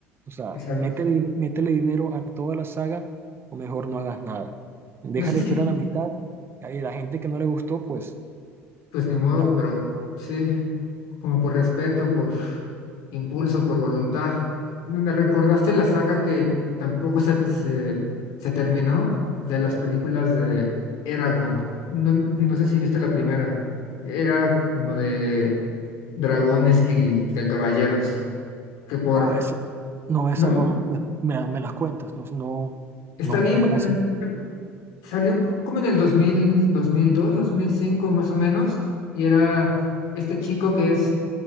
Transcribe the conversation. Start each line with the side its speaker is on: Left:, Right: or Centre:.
Right: O sea,
Left: Exacto.
Right: métele, métele dinero a toda la saga o mejor no hagas nada. Deja
Left: No sé
Right: la historia
Left: si, vi,
Right: a la mitad y ahí la gente que no le gustó, pues
Left: pues ni modo,
Right: nada.
Left: pero sí. como por respeto, por impulso, por voluntad. Me recordaste la saga que tampoco se, se, se terminó de las películas de Eragon. No, no sé si viste la primera. Era como de dragones y de caballeros, que por,
Right: No, esa no, esa
Left: ¿no?
Right: no, me, me- me las cuentas, no, no,
Left: Está
Right: no,
Left: linda.
Right: no me las...
Left: Salió como en el dos dos dos mil mil dos mil cinco más o menos, y era este chico que es